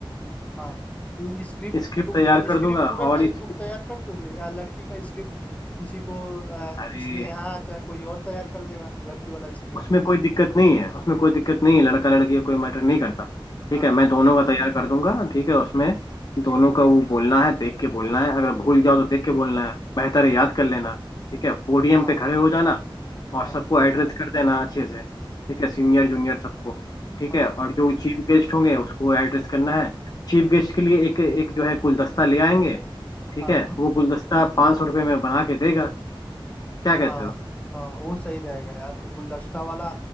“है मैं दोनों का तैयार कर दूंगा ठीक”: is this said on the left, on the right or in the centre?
Left